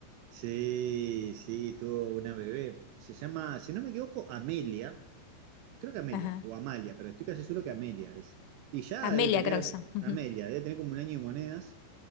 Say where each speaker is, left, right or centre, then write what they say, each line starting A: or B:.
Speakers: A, on the right (about 85°); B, on the left (about 85°).
A: Sí, sí, tuvo una bebé. Se llama, si no me equivoco, Amelia. Creo que Amelia,
B: Ajá.
A: o Amalia, pero estoy casi seguro que Amelia es. Y ya
B: Amelia
A: debe tener,
B: creo que se llama. Ujú.
A: Amelia, debe tener como un año y monedas.